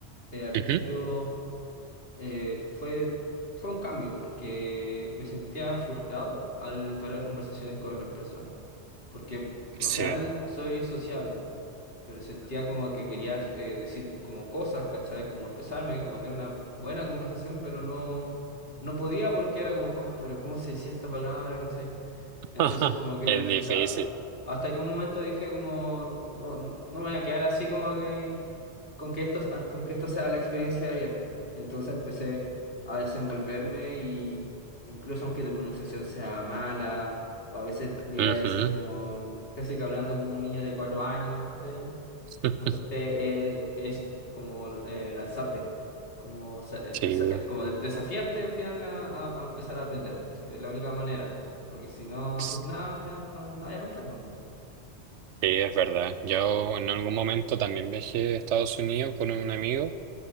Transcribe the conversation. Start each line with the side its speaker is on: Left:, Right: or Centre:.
Left: eh, al principio
Right: Ujú.
Left: eh, fue, fue un cambio porque me sentía frustrado al entablar conversaciones con otras personas, porque por
Right: Sí.
Left: lo general soy social pero sentía como que quería eh, decir como cosas, ¿cachai? Como expresarme, como tener una buena conversación, pero no, no podía porque era como, oh, pero ¿cómo se decía esta palabra, ¿cachai?
Right: <laughs>
Left: Entonces como que
Right: Es
Left: me frustraba.
Right: difícil.
Left: Hasta que un momento dije como, no, no me voy a quedar así como que, con que esto, ah, con que esto sea la experiencia de viaje. ¿no? Y entonces empecé a desenvolverme y incluso aunque tu pronunciación sea mala, o a veces digáis
Right: Ujú.
Left: así como, casi que hablando como un niño de cuatro años, ¿cachai?
Right: <laughs>
Left: Importante eh, eso, como eh, lanzarte, como, sa- empeza-
Right: Sí,
Left: como desafiarte al final a, a- a empezar a aprender. ¿cachai? Es la única manera, porque si no
Right: sí,
Left: haces nada, al final no, no hay aprender nomás.
Right: es verdad. Yo en algún momento también viajé a Estados Unidos con un amigo